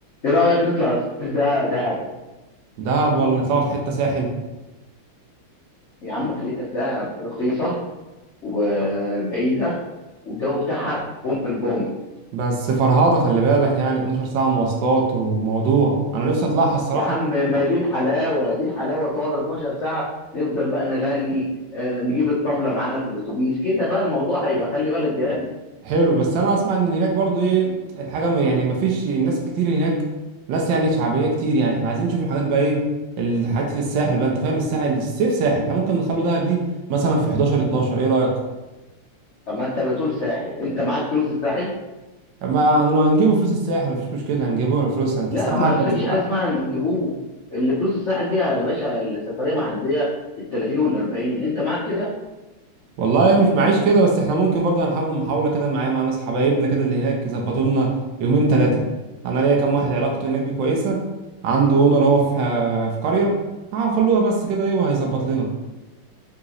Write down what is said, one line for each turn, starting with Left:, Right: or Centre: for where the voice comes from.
Left: ايه رأيك نطلع الصيف ده دهب
Right: دهب ولا نطلعوا حتة ساحل
Left: يا عم خلينا في دهب رخيصة وبعيدة والجو بتاعها بوم البوم
Right: بس فرهاضة خلي بالك يعني 12 ساعة مواصلات وموضوع أنا نفسي أطلعها الصراحة
Left: يا عم ما دي الحلاوة دي الحلاوة تقعد 12 ساعة نفضل بقى نغني آه، نجيب الطبلة معانا في الأتوبيس كده بقى الموضوع هيبقى خلي بالك جامد
Right: حلو بس أنا أسمع إن هناك برضو إيه الحاجة م- يعني مفيش ناس كتير هناك ناس يعني شعبية كتير يعني إحنا عايزين نشوف الحاجات بقى إيه الحاجات في الساحل بقى أنت فاهم الساحل الصيف ساحل إحنا ممكن نخلو دهب دي مثلا في 11 12 إيه رأيك؟
Left: طب ما أنت بتقول ساحل أنت معاك فلوس الساحل؟
Right: ما هن- هنجيبوا فلوس الساحل مفيش مشكلة هنجيبوا فلوس أنت
Left: لا
Right: الصراحة
Left: ما
Right: أنت
Left: فيش حاجة اسمها نجيبوه اللي فلوس الساحل دي يا باشا السفرية معدية ال 30 وال 40 أنت معاك كده؟
Right: والله مش معيش كده بس احنا ممكن برضه هنحاول محاولة كده معايا مع ناس حبايبنا كده اللي هناك يظبطوا لنا يومين ثلاثة انا ليا كام واحد علاقته هناك بيه كويسة عنده اونر هو في في قرية هنخلوها بس كده ايه وهيظبط لنا